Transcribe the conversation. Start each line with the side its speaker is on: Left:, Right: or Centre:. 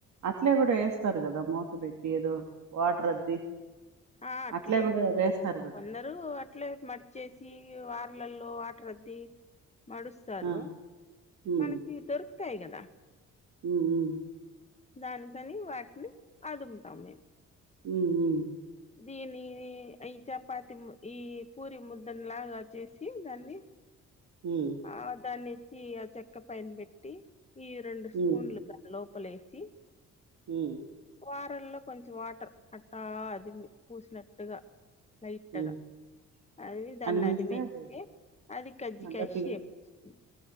Right: అట్లే కూడ ఏస్తారు కదా మూత పెట్టి ఏదో వాటర్ అద్ది
Left: ఆ అట్లేమి
Right: అట్లే కూడా
Left: లే
Right: వేస్తారు కదా
Left: కొందరు అట్లే మర్చేసి వ వాట్లల్లో వాటర్ అద్ది మడుస్తారు
Right: ఆ ఉమ్
Left: మనకి దొరుక టాయి కదా
Right: ఉమ్ మ్మ్
Left: దానికని వాటిని అదుముతాము
Right: ఉమ్ మ్మ్
Left: దీనిని ఈ చపాతి ఈ పూరి ముద్దని లాగా చేసి దాన్ని
Right: ఉమ్
Left: ఆ దాన్ని తీ ఆ చెక్క పైన పెట్టి ఈ రెండు
Right: హ్మ్
Left: స్పూన్లు దులో పలేసి
Right: హ్మ్
Left: వారల్లో కొంచెం వాటర్ అట్టా అదిమి పూసినట్టుగా లైట్గా
Right: హ్మ్
Left: అది దాన్ని
Right: వేస్తే
Left: అదిమికే
Right: అది
Left: అది కజ్జికాయ
Right: ఆ, గట్టిగా
Left: షేపు వస్తుంది